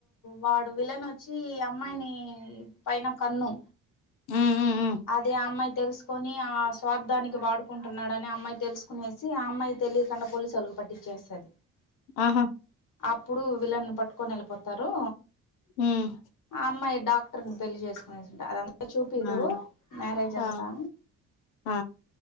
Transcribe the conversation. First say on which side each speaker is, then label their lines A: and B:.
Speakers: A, on the left (about 60°); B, on the left (about 80°).
A: వాడు విలనొచ్చి అమ్మాయిని పైన కన్ను
B: ఉమ్ ఉమ్ ఉమ్
A: అది ఆ అమ్మాయి తెలుసుకుని ఆ స్వార్థానికి వాడుకుంటున్నాడని అమ్మాయి తెలుసుకునే ఆ అమ్మాయి తెలియకుండా పోలీసులకు పట్టిచ్చేశారు
B: ఆహా
A: అప్పుడు వీళ్ళని పట్టుకొని ఎళ్ళిపోతారు
B: ఉమ్
A: ఆ అమ్మాయి డాక్టర్ని పెళ్లి చేసుకునుంటారు అదంతా చూపియిరు
B: ఆ
A: మ్యారేజ్ అంతా
B: ఆ ఆ